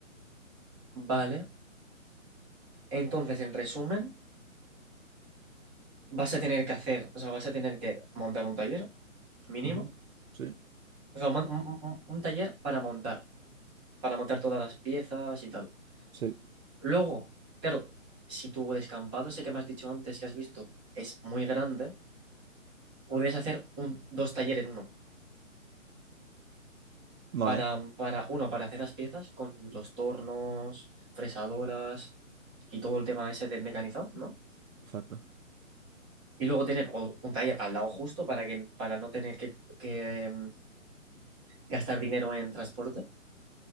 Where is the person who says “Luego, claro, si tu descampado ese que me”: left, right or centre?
Right